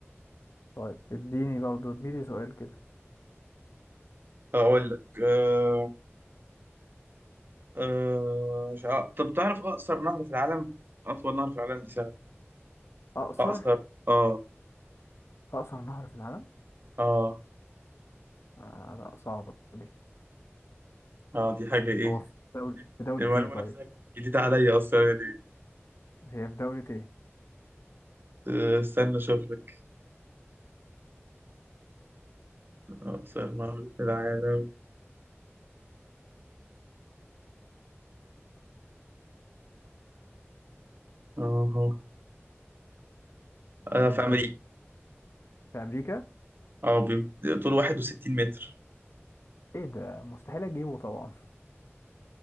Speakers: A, on the left (about 70°); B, on the right (about 50°).
A: طيب اديني برضه اديني سؤال كده
B: اقول لك آه، آه، مش عارف. طب تعرف أقصر نهر في العالم؟ أطول نهر في العالم دي سهلة
A: اقصر
B: أقصر آه
A: اقصر نهر في العالم
B: آه
A: آه لا صعبة دي
B: آه دي حاجة إيه؟
A: هو في دولة في دولة
B: المعلومة
A: ايه طيب
B: نفسها جديدة عليا أصلا يعني
A: هي في دولة ايه
B: آه، استنى أشوف لك أقصر نهر في العالم أهو أنا
A: مم،
B: في أمريكا
A: طب في امريكا
B: أه بي- طوله 61 متر
A: ايه ده مستحيل اجيبه طبعا